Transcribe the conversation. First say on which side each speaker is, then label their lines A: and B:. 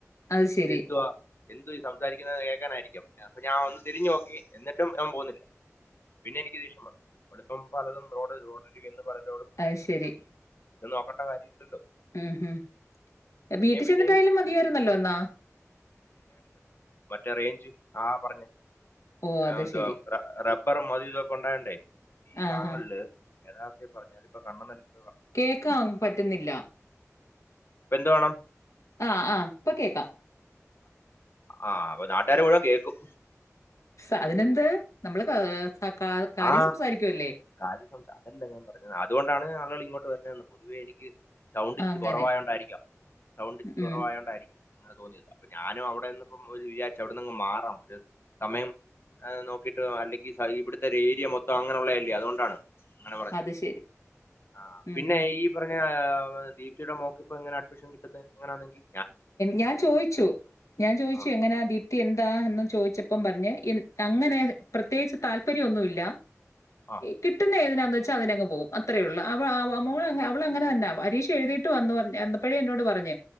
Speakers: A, on the left; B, on the left.
A: അത് ശരി
B: ഇത് എന്തുവാ എന്തു ഈ സംസാരിക്കുന്നത് കേൾക്കാനായിരിക്കും അപ്പൊഞ്ഞ ഒന്ന് തിരിഞ്ഞു നോക്കി എന്നി <unintelligible> ഞാൻ പോകുന്നില്ല പിന്നെ എനിക്ക് ദേഷ്യം വന്നു നമ്മളിപ്പം പലതും റോഡ് റോഡരികിൽ നിന്ന് പറയും
A: അത് ശരി
B: ഇത് നോക്കണ്ട കാര്യ ഇല്ലോല്ലോ
A: ഉം ഹം വീട്ടിൽ
B: പിന്നെയും
A: ചെന്നിട്ടായാലും മതിയായിരുന്നല്ലോ എന്നാ
B: പിന്നെ റെഞ്ച് ആ പറഞ്ഞു
A: ഓ
B: <unintelligible>
A: അത് ശരി
B: റ റ റ അപ്പറും മതി ഇതൊക്കെ ഉണ്ടായണ്ടേ ഈ
A: ആഹാ
B: ഭാഗങ്ങളില് യഥാർത്ഥ പറഞ്ഞാലും ഇപ്പ കണ്ണന ല്ല
A: കേക്കാ പറ്റുന്നില്ല
B: ഇപ്പൊ എന്തു വേണം
A: ആഹ് ആഹ് ഇപ്പ കേക്കാം
B: ആഹ് അപ്പൊ നാട്ടുകാരു മുഴുവൻ കേൾക്കും
A: സ് അതിനെന്ത് നമ്മള് ക-
B: ഉ
A: സ- കാ- കാര്യം
B: ആ
A: സംസാരിക്കുമല്ലേ
B: കാര്യ സംസ അതല്ല ഞാൻ പറഞ്ഞത് അതുകൊണ്ടാണ്ആളുകൾ ഇങ്ങോട്ട് പൊതുവേ എനിക്ക് സൗണ്ട്
A: ആ,
B: ഇച്ചിരി
A: അങ്ങനെ
B: കുറവായതോണ്ടായിരിക്കാം സൗണ്ട് ഇച്ചിരി
A: ഉം
B: കുറവായതോണ്ടായിരിക്കും അങ്ങനെ തോന്നിയത് അപ്പൊ ഞാനും അവിടെന്ന് ഇപ്പോ വിചാരിച്ച അവിടെന്ന് മാറാം ഒരു സമയം നോക്കിട്ട് അല്ലെങ്കിൽ ഇവിടുത്തെ ഒരു ഏരിയ മൊത്തം അങ്ങനെയുള്ളത അല്ലേ അതുകൊണ്ടാണ് അങ്ങനെ പറഞ്ഞ
A: അത് ശരി
B: ആ
A: ഉം
B: പിന്നെ
A: ഹും
B: ഈ പറഞ്ഞ ദീപ്തി യുടെമോൾക്ക് ഇപ്പോ എങ്ങനെ അഡ്മിഷൻ കിട്ടന്നെ ഇങ്ങനാണെങ്കിൽ
A: ഞാൻ ചോയിച്ചു ഞാൻ ചോയിച്ചു
B: ആ
A: എങ്ങനാ
B: അപ്പൊ
A: ദീപ്തി എന്താ എന്ന് ചോദിച്ചപ്പം
B: ആ,
A: പറഞ്ഞ് ഈ അങ്ങനെ പ്രത്യേകിച്ച് താല്പര്യംന്നുല്യ
B: ആ
A: എ കിട്ടുന്നതികത് ന്ന്ച്ച അങ്ങനങ്ങ്പോകും അത്രേയൊള്ളു അവ അവ മോളങ്ങനെ അവളങ്ങനല്ല പരീക്ഷ എഴുതീട്ട് വന്നു പറഞ്ഞു വന്നെപ്പഴേന്നോട് പറഞ്ഞെ